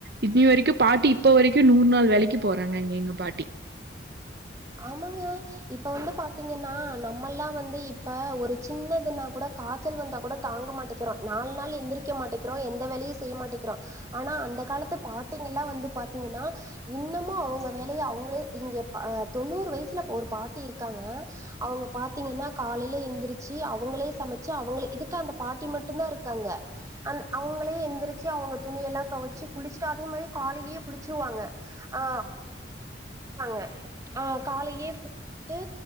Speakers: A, on the right; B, on the right.
A: இன்னை வரைக்கு பாட்டி இப்ப வரைக்கு நூறு நாள் வேலைக்கு போறாங்க இங்க எங்க பாட்டி
B: ஆமாங்க இப்ப வந்து பாத்தீங்கனா நம்மல்லா வந்து இப்ப ஒரு சின்னதுனா கூட காச்சல் வந்தா கூட தாங்க மாட்டிக் றோ நாலு நாள் எந்திரிக்க மாட்டிக்றோ எந்த வேலையு செய்ய மாட்டிக்றோ ஆனா அந்த காலத்து பாட்டிங்கலா வந்து பாத்தீங்கனா இன்னமு அவ்ங்க வேலைய அவ்ங்ளே இங்க எ அ தொண்ணூறு வயசுல ஒரு பாட்டி இருக்காங்க அவ்ங்க பாத்தீங்கனா காலைல எந்திரிச்சு அவுங்களே சமைச்சு அவுங்களே இதுக்கு அந்த பாட்டி மட்டுந்தா இருக்காங்க அந் அவங்களே எந்திரிச்சி அவ்ங்க துணியெல்லா தொவச்சு குளிச்ட்டு அதே மாரி காலைலயே குளிச்சிருவாங்க ஆ ஆமாங்க ஆ காலைலயே ட்டு